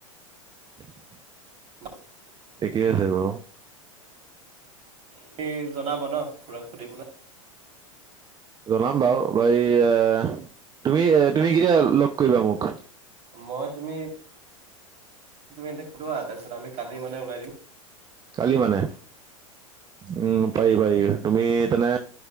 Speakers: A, on the right; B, on the right.
A: <inaudible>
B: বছ
A: ঠিকেই আছে বাৰু।
B: তুমি জনাবা ন' খুৰাক সুধি পেলাই?
A: জনাম বাৰু বা এ তুমি তুমি কেতিয়া লগ কৰিবা মোক?
B: মই তুমি তুমি এতিয়া সুধিবা তাৰপিছত আমি কালি মানে উলাই দিম।
A: কালি মানে। উম। পাৰি পাৰি। তুমি তেনে